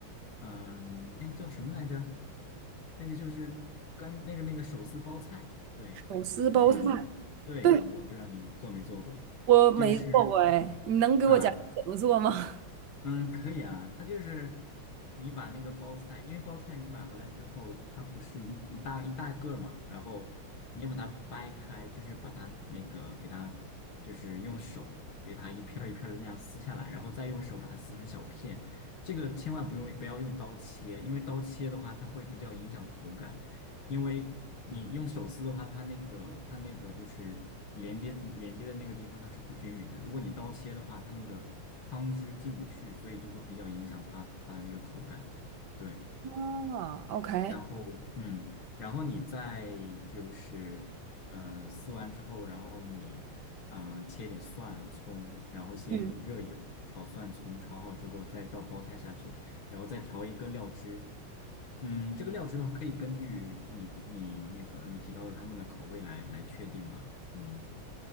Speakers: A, on the left; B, on the right.
A: 嗯，那个叫什么来着？那个就是干那个那个手撕包菜，对，
B: 手撕包菜，
A: 我不知道你，对，
B: 对，
A: 手撕包，不知道你做没做过，
B: 我没做过哎，
A: 就是
B: 你能给我讲怎么做吗？
A: 啊，嗯，可以啊，它就是你把那个包菜，因为包菜你买回来之后，它不是一一大一大个儿嘛，然后你要把它掰开，就是把它那个给它，就是用手给它一片儿一片儿的那样撕下来，然后再用手把它撕成小片。这个千万不用不要用刀切，因为刀切的话，它会比较影响口感。因为你用手撕的话，它那个它那个就是连接连接的那个地方它是不均匀的。如果你刀切的话，它那个汤汁进不去，所以就会比较影响它它的那个口感。对，
B: 啊，OK，
A: 然后嗯，然后你再就是嗯、呃撕完之后，然后你嗯、呃切点蒜葱，然后先热油炒蒜葱，
B: 嗯。
A: 炒好之后再倒包菜下去，然后再调一个料汁，嗯，这个料汁的话，可以根据你你那个你提到的他们的口味来来确定嘛。嗯，